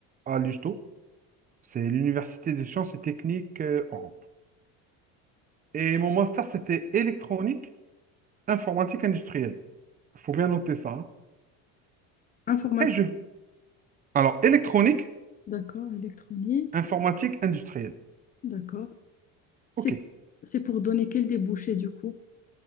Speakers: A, on the right (about 25°); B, on the left (about 25°).
A: à l'USTO. C'est l'université des sciences et techniques euh, Oran. Et mon master, c'était électronique, informatique industrielle. Il faut bien noter ça. hein.
B: Informatique,
A: Après, je... Alors, électronique,
B: d'accord. Électronique,
A: informatique industrielle.
B: d'accord. C'est
A: OK.
B: c'est pour donner quel débouché du coup?